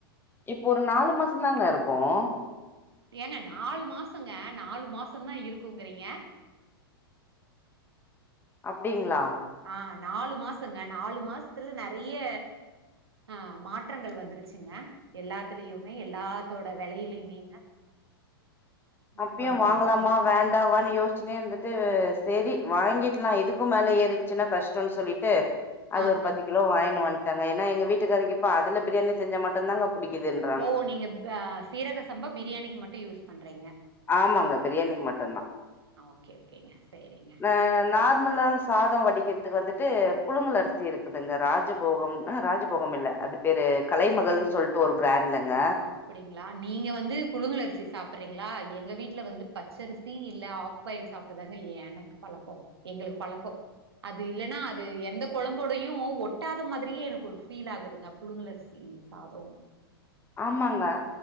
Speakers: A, on the left; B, on the right.
A: இப்போ ஒரு நாலு மாசம்தாங்க இருக்கும்
B: ஏங்க நாலு மாசங்க நாலு மாசந்தான் இருக்குங்குறீங்க
A: அப்டிங்களா
B: ஆஹ் நாலு மாசங்க நாலு மாசத்துல நறைய அ மாற்றங்கள் வந்துருச்சுங்க எல்லாத்துலயுமே எல்லாத்தோட வெலையிலயுமேங்க மாற்றோ
A: அப்பியும்
B: வந்துருச்சுங்க
A: வாங்கலாமா வேண் வேண்டாமானு யோசிச்சுனே இருந்துட்டு செரி வாங்கிடலாம் இதுக்கும் மேல ஏறிடுச்சுன்னா கஷ்டம்னு சொல்லிட்டு அது
B: ஆ
A: ஒரு
B: ஆ
A: பத்து கிலோ வாங்கினு வன்ட்டேங்க ஏன்னா எங்க வீட்டுக்காரருக்கு இப்போ அதுல பிரியாணி செஞ்சா மட்டுந்தாங்க புடிக்குதுன்ற
B: ஓ நீங்க ப சீரக சம்பா பிரியாணிக்கு மட்டு யூஸ் பண்றீங்க
A: ஆமாங்க பிரியாணிக்கு மட்டுந்தா
B: ஓகே ஓகேங்க சேரிங்க
A: அ நார்மலா சாதோ வடிக்கிறதுக்கு வந்துட்டு புழுங்கல் அரிசி இருக்குதுங்க ராஜபோகம் அ ராஜபோகம் இல்ல அது பேரு கலைமகள்னு சொல்ட்டு ஒரு பிராண்ட்லங்க
B: அப்டிங்ளா நீங்க வந்து புழுங்கள் அரிசி சாப்ரீங்ளா எங்க வீட்ல வந்து பச்சரிசி இல்ல ஆப் பெய்ல் சாப்ட்டுதாங்க எனக்கு பழக்கோ எங்களுக்கு பழக்கோ அது இல்லன்னா அது எந்த கொழம்போடயு ஒட்டாத மாதிரியே எனக்கு ஒரு ஃபீல் ஆகுதுங்க புழுங்கள் அரிசி சி சாதம்
A: ஆமாங்க